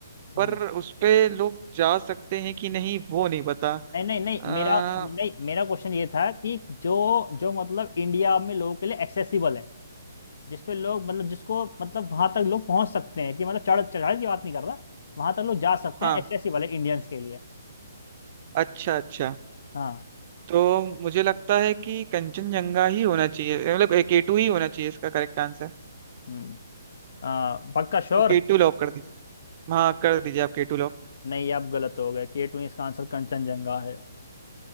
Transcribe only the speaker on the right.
पर उस पे लोग जा सकते हैं कि नहीं वो नहीं पता
आ, हाँ
हाँ
अच्छा अच्छा
तो मुझे लगता है कि कंचनजंगा ही होना चाहिए मतलब केटू ही होना चाहिए इसका करेक्ट आंसर
तो केटू लॉक कर दीजिए हाँ कर दीजिए आप केटू लॉक